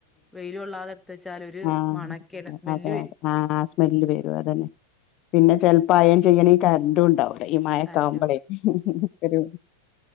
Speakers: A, in the centre; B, on the left (about 35°).
A: വെയില് കൊള്ളാതെ വെച്ചാൽ ഒരു
B: ആ
A: മണൊക്കെയാണ് സ്മെല്ല്
B: അതേ
A: വരും
B: അതേ ആ ആ സ്മെല്ല് വരും അതന്നെ പിന്നെ ചെലപ്പാ അയൺ ചെയ്യണേ ഈ കറണ്ടുണ്ടാവു ഈ മയേക്കാവുമ്പളേ
A: കറന്റ്
B: ഒരു